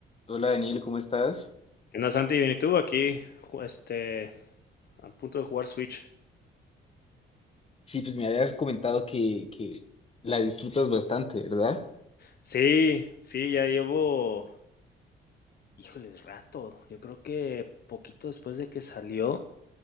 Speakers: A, on the left; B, on the left.
A: Hola Daniel, ¿cómo estás?
B: ¿Qué onda, Santi? Bien, ¿y tú? Aquí, ju- este, a punto de jugar Switch.
A: Sí, pues me habías comentado que, que la disfrutas bastante, ¿verdad?
B: Sí, sí, ya llevo, híjoles, rato. Yo creo que poquito después de que salió,